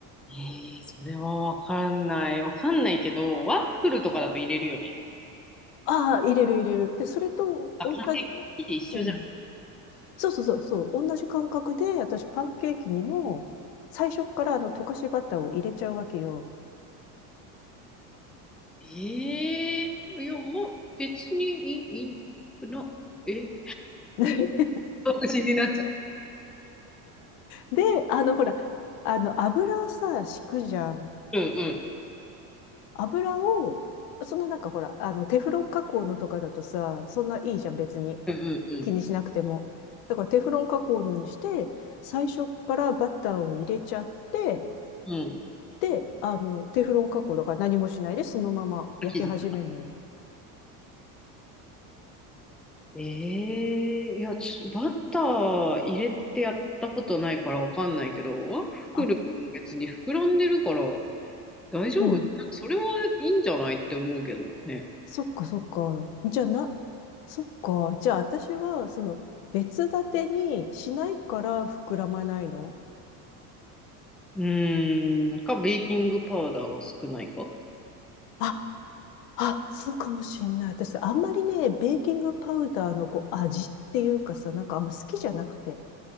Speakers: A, in the centre; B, on the left.
A: ええそれはわかんない。わかんないけど、ワッフルとかだと入れるよね。
B: ああ、入れる入れる。で、それと、
A: あ、
B: 同じ、
A: パン生地一緒じゃん。
B: うん。そうそうそう、そう、同じ感覚で、私パンケーキにも、最初っからあの、溶かしバターを入れちゃうわけよ。
A: ええいや、もう別にいい、いいな、え
B: <laughs>
A: 独身になっちゃった。
B: で、あの、ほら、あの、油をさ、敷くじゃん。
A: うんうん、
B: 油を、そのなんかほら、あの、テフロン加工のとかだとさ、そんないいじゃん、別に。
A: うんうん、
B: 気にしなくても。
A: う
B: だからテフロン加工のにして、最初からバターを入れちゃって、
A: ん、うん。
B: で、あの、テフロン加工だから何もしないで、そのまま焼き始めるのよ。
A: 生地。ええいや、ちょバター入れてやったことないからわかんないけど、ワッフルも別に膨らんでるから
B: あ、
A: 大丈夫なんかそれはいいんじゃないって思うけどね。
B: うん。そっかそっか。じゃあな、そっか。じゃあ私は、その、別立てにしないから膨らまないの
A: うーん、か、ベーキングパウダーが少ないか
B: あ、あ、そうかもしんない。私、あんまりね、ベーキングパウダーのこう味っていうかさ、なんかあんま好きじゃなくて。